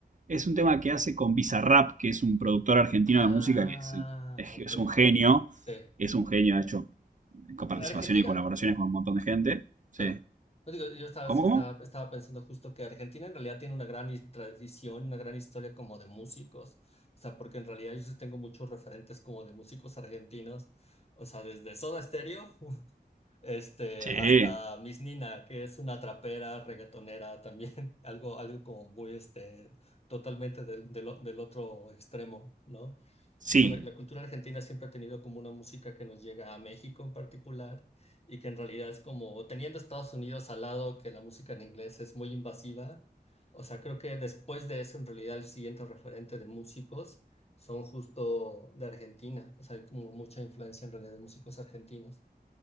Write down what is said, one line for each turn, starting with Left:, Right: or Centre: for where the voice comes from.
Right: es un tema que hace con Bizarrap, que es un productor argentino
Left: ah,
Right: de música que es, el- es-
Left: ok.
Right: es un genio,
Left: Sí.
Right: es un genio, ha hecho con participación
Left: Argentina,
Right: y colaboraciones con un montón de gente. Sí.
Left: claro. No digo, yo estaba,
Right: ¿Cómo,
Left: estaba,
Right: cómo?
Left: estaba pensando justo que Argentina en realidad tiene una gran his- tradición, una gran historia como de músicos. O sea, porque en realidad yo sí tengo muchos referentes como de músicos argentinos. O sea, desde Soda Stereo, <laughs> este,
Right: Sí.
Left: hasta Miss Nina, que es una trapera, reggaetonera también, <laughs> algo, algo como muy, este, totalmente del, del o- del otro extremo, ¿no?
Right: Sí.
Left: O sea, la, la cultura argentina siempre ha tenido como una música que nos llega a México en particular y que en realidad es como, teniendo Estados Unidos al lado, que la música en inglés es muy invasiva, o sea, creo que después de eso en realidad el siguiente referente de músicos son justo de Argentina, o sea, hay como mucha influencia en realidad de músicos argentinos.